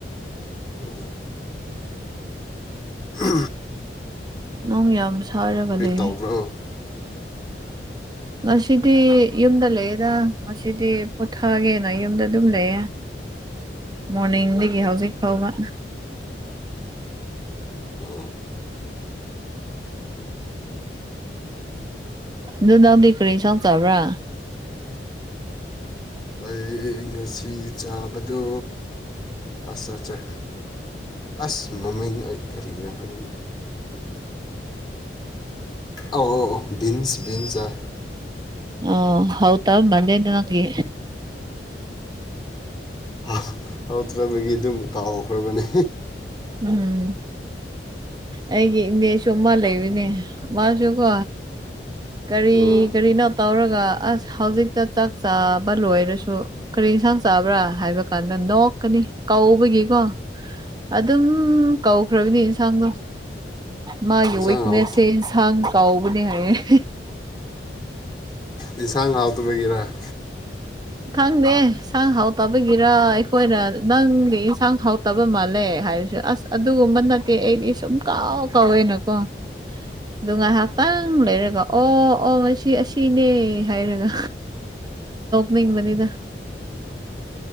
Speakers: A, on the left (about 25°); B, on the right (about 25°).
A: ꯎꯝ ꯑ
B: ꯅꯪ ꯌꯥꯝ ꯁꯥꯔꯒꯗꯤ
A: ꯇꯧꯕ꯭ꯔꯣ
B: ꯉꯁꯤꯗꯤ ꯌꯨꯝꯗ ꯂꯩꯌꯦꯦꯗ ꯉꯁꯤꯗꯤ ꯄꯨꯣꯊꯒꯦꯅ ꯌꯨꯝꯗ ꯑꯗꯨꯝ ꯂꯩꯌꯦꯦ ꯃꯣꯔꯅꯤꯡꯗꯒꯤ ꯍꯧꯖꯤꯛ ꯐꯥꯎꯕ
A: ꯑ
B: ꯗꯨ ꯅꯎꯗ ꯀꯔꯤ ꯁꯥꯎ ꯇꯕ꯭ꯔꯥ
A: ꯑꯩ ꯉꯁꯤ ꯆꯥꯕꯗꯣ ꯑꯁ ꯑꯠꯁ ꯑꯁ ꯃꯃꯤꯡ ꯑꯩ ꯀꯔꯤꯅ ꯑꯗꯨꯝ ꯑ ꯕꯤꯟꯁ ꯕꯤꯟꯁꯥꯏ
B: ꯑꯣ ꯍꯧꯥꯎ ꯇ ꯃꯟꯦꯗ ꯅꯪꯒꯤ
A: ꯑꯍ ꯍꯥꯎꯗ꯭ꯔꯕꯒꯤ ꯑꯗꯨꯝ ꯀꯥꯎꯈ꯭ꯔꯕꯅꯦ
B: ꯎꯝ ꯑꯩꯒꯤ ꯏꯅꯦꯁꯨ ꯃꯥ ꯂꯩꯔꯤꯅꯦ ꯃꯥꯁꯨꯀꯣ ꯀꯔꯤ
A: ꯎꯝ
B: ꯀꯔꯤꯅꯣ ꯇꯧꯔꯒ ꯑꯁ ꯍꯧꯖꯤꯛꯇ ꯆꯥꯛ ꯆꯥꯕ ꯂꯣꯏꯔꯁꯨ ꯀꯔꯤ ꯌꯦꯟꯁꯥꯡ ꯆꯥꯕ꯭ꯔꯥ ꯍꯥꯏꯕ ꯀꯥꯟꯗ ꯅꯣꯛꯀꯅꯤ ꯀꯥꯎꯕꯒꯤ ꯀꯣ ꯑꯗꯨꯝ ꯀꯧꯈ꯭ꯔꯕꯅꯤ ꯌꯦꯟꯁꯥꯡꯗꯣ ꯃꯥꯒꯤ
A: ꯏꯟꯁꯥꯡ
B: ꯋꯤꯛꯅꯦꯁꯁꯦ
A: ꯍꯥꯎ
B: ꯏꯟꯁꯥꯡ ꯀꯥꯎꯕꯅꯦ ꯍꯥꯏꯌꯦ
A: ꯏꯟꯁꯥꯡ ꯍꯥꯎꯇꯕꯒꯔ
B: ꯈꯪꯗꯦ ꯏꯟꯁꯥꯡ ꯍꯥꯎꯇꯕꯒꯤꯔ ꯑꯩꯈꯣꯏꯅ ꯅꯪꯗꯤ ꯏꯟꯁꯥꯡ ꯍꯥꯎꯇꯕ ꯃꯥꯜꯂꯦ ꯍꯥꯏꯔꯁꯨ ꯑꯁ ꯑꯗꯨꯒꯨꯝꯕ ꯅꯠꯇꯦ ꯑꯩꯗꯤ ꯁꯨꯝ ꯀꯥꯎ ꯀꯥꯎꯋꯦꯅꯀꯣ ꯅꯨꯡꯉꯥꯏ ꯍꯞꯇꯥꯡ ꯂꯩꯔꯒꯣ ꯑꯣ ꯑꯣ ꯉ ꯑꯁꯤꯅꯦ ꯍꯥꯏꯔꯒ ꯃꯤꯕꯅꯤꯗ